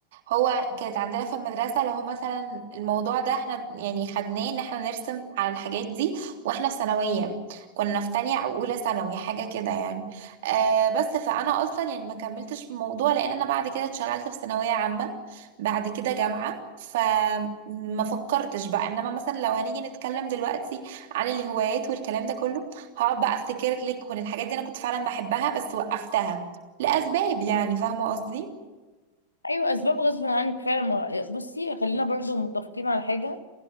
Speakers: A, on the right (about 55°); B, on the left (about 80°).
A: هو كانت عندنا في المدرسة لو هو مثلا الموضوع ده احنا يعني خدناه ان احنا نرسم على الحاجات دي واحنا في ثانوية كنا في تانية او اولى ثانوي حاجة كده يعني آه بس فانا اصلا يعني ما كملتش في الموضوع لان انا بعد كده اتشغلت في ثانوية عامة بعد كده جامعة فما فكرتش بقى انما مثلا لو هنيجي نتكلم دلوقتي عن الهوايات والكلام ده كله هقعد بقى افتكر لك وان الحاجات دي انا كنت فعلا بحبها بس وقفتها لأسباب يعني فاهمة قصدي
B: ايوه اسباب غصب عنك فعلا ما- بصي خلينا برضو متفقين على حاجة